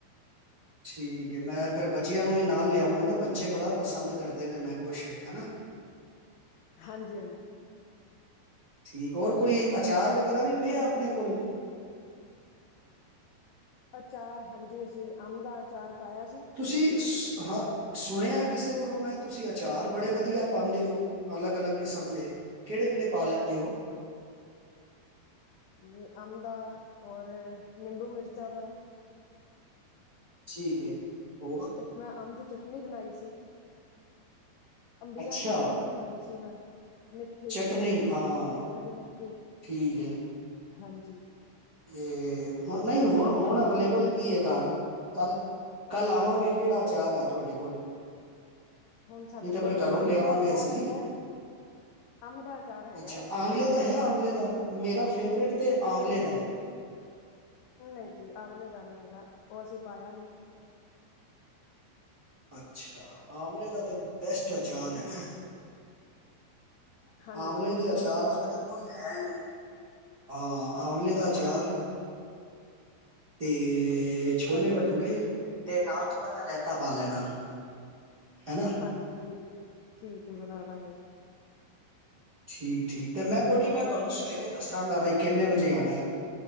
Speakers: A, on the right; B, on the left.
A: ਠੀਕ ਐ ਮੈਂ ਫੇਰ ਬੱਚਿਆਂ ਨੂੰ ਵੀ ਨਾਲ ਲਿਆਵਾਂਗਾ ਨਾ ਬੱਚੇ ਬੜਾ ਪਸੰਦ ਕਰਦੇ ਨੇ ਮੈਂਗੋ ਸ਼ੇਕ ਹਨਾ। <inaudible>
B: ਹਾਂਜੀ-ਹਾਂਜੀ।
A: ਠੀਕ ਹੋਰ ਕੋਈ ਅਚਾਰ ਵਗੈਰਾ ਵੀ ਪਿਆ,
B: ਹਾਂ
A: ਆਪਣੇ ਕੋਲੇ?
B: ਅਚਾਰ ਹਾਂਜੀ ਅਸੀਂ ਅੰਬ ਦਾ ਅਚਾਰ ਪਾਇਆ ਸੀ।
A: ਤੁਸੀਂ ਸੂ ਹ, ਸੁਣਿਆ ਕਿਸੇ ਕੋਲੋਂ ਮੈਂ ਤੁਸੀਂ ਅਚਾਰ ਬੜੇ ਵਧੀਆ ਪਾਉਂਦੇ ਓ, ਅਲੱਗ-ਅਲੱਗ ਕਿਸਮ ਦੇ, ਕਿਹੜੇ-ਕਿਹੜੇ ਪਾ ਲੈਂਦੇ ਓ?
B: <inaudible> ਏ ਅੰਬ ਦਾ ਔਰ, ਨਿੰਬੂ, ਮਿਰਚਾਂ ਦਾ।
A: ਠੀਕ ਹੈ ਹੋਰ।
B: ਮੈਂ ਅੰਬ ਦੀ ਚਟਨੀ ਬਣਾਈ ਸੀ। ਅੰਬੀਆਂ
A: ਅੱਛਾ
B: ਦੀ ਚਟਨੀ ਬਣਾਈ ਸੀ ਮੈਂ <inaudible>
A: ਚਟਨੀ ਹਾਂ
B: ਖਰੀ ਮਿੱਠੀ
A: ਠੀਕ ਹੈ।
B: ਹਾਂਜੀ।
A: ਏ
B: ਹਾਂਜੀ
A: ਨਈਂ
B: ਤੁਸੀਂ
A: ਹੁਣ-ਹੁਣ
B: ਖਾਂਦੇ ਹੋ
A: ਅਵੇਲੇਬਲ ਕੀ ਐ ਘਰ। ਕੱਲ, ਕੱਲ ਆਵਾਂਗੇ ਕਿਹੜਾ ਆਚਾਰ ਐ ਤੁਹਾਡੇ ਕੋਲ।
B: ਹੁਣ ਸਾਡੇ
A: ਨਹੀਂ ਤਾਂ ਫੇਰ
B: ਕੋਲ
A: ਘਰੋਂ ਲੈ
B: ਅੰਬ
A: ਆਵਾਂਗੇ
B: ਦਾ ਅਚਾਰ
A: ਅਸੀਂ।
B: ਹੈਗਾ ਅੰਬ ਦਾ ਅਚਾਰ ਹੈਗਾ
A: ਅੱਛਾ। ਆਮਲੇ ਦਾ
B: ਔਰ
A: ਹੈ, ਆਮਲੇ ਦਾ, ਮੇਰਾ ਫੇਵਰੇਟ ਤੇ ਆਮਲੇ ਦਾ
B: ਨਈਂ,
A: ਹੈ।
B: ਨਈਂ ਜੀ ਆਵਲੇ ਦਾ ਨੀ ਹੈਗਾ, ਉਹ ਅਸੀਂ ਪਾਇਆ ਨੀਂ।
A: ਅੱਛਾ। ਆਵਲੇ ਦਾ ਤੇ, ਬੈਸਟ ਅਚਾਰ ਹੈਗਾ।
B: ਹਾਂਜੀ ਹਾਂਜੀ
A: ਆਵਲੇ
B: ਕੋਈ
A: ਦੇ
B: ਨੀ
A: ਅਚਾਰ
B: ਉਹ ਵੀ ਬਣਾ
A: ਜਿਹਾ
B: ਲਾਂਗੇ
A: ਤਾਂ ਕੋਈ ਹੈ ਈ ਨਹੀਂ, ਹਾਂ ਆਵਲੇ ਦਾ ਅਚਾਰ
B: ਹਾਂਜੀ
A: ਤੇ ਛੋਲੇ
B: ਕੋਈ
A: ਭਟੂਰੇ। ਤੇ ਨਾਲ ਥੋੜ੍ਹਾ ਜਿਹਾ ਰਾਇਤਾ ਪਾ ਲੈਣਾ, ਹਨਾ।
B: ਹਾਂਜੀ ਠੀਕ ਐ, ਠੀਕ ਏ ਬਣਾਦਾ ਗੀ।
A: ਠੀਕ-ਠੀਕ ਤੇ ਮੈਂ ਕੋਈ ਨਈਂ
B: ਹੋਰ
A: ਮੈਂ ਤੁਹਾਨੂੰ ਸਵੇਰੇ
B: ਤੁਸੀਂ
A: ਦੱਸਾਂਗਾ। ਬਈ ਕਿੰਨੇ ਵਜੇ ਆਉਣਾ,